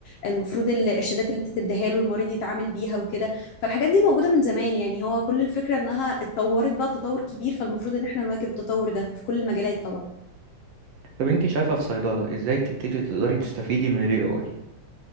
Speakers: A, on the left (about 70°); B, on the right (about 65°).
A: المفروض ال- الشدات اللي أنت تديها له المريض يتعامل بيها وكده فالحاجات دي موجودة من زمان يعني هو كل الفكرة إنها اتطورت بقى تطور كبير فالمفروض إن إحنا نواكب التطور ده في كل المجالات طبعا
B: طب انت شايفة في صيدلة ازاي تبتدي تقدري تستفيدي من الاي اي